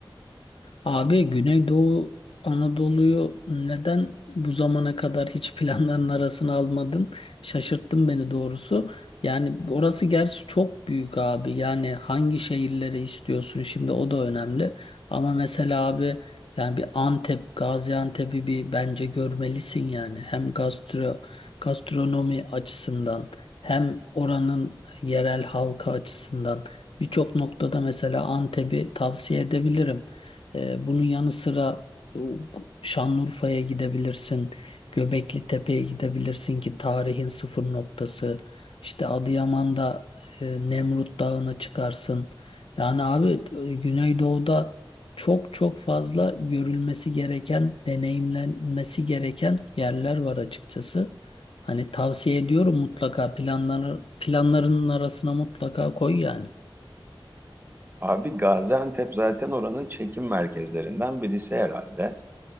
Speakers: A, on the left; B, on the right.
A: Abi Güneydoğu Anadolu'yu neden bu zamana kadar hiç planların arasına almadın? Şaşırttın beni doğrusu. Yani orası gerçi çok büyük abi. Yani hangi şehirleri istiyorsun şimdi o da önemli. Ama mesela abi yani bir Antep, Gaziantep'i bir bence görmelisin yani. Hem gastro, gastronomi açısından hem oranın yerel halkı açısından birçok noktada mesela Antep'i tavsiye edebilirim. Ee, bunun yanı sıra e, o, Şanlıurfa'ya gidebilirsin, Göbekli Tepe'ye gidebilirsin ki tarihin sıfır noktası. İşte Adıyaman'da e, Nemrut Dağı'na çıkarsın. Yani abi e, Güneydoğu'da çok çok fazla görülmesi gereken, deneyimlenmesi gereken yerler var açıkçası. Hani tavsiye ediyorum mutlaka planları, planlarının arasına mutlaka koy yani.
B: Abi Gaziantep zaten oranın çekim merkezlerinden birisi herhalde.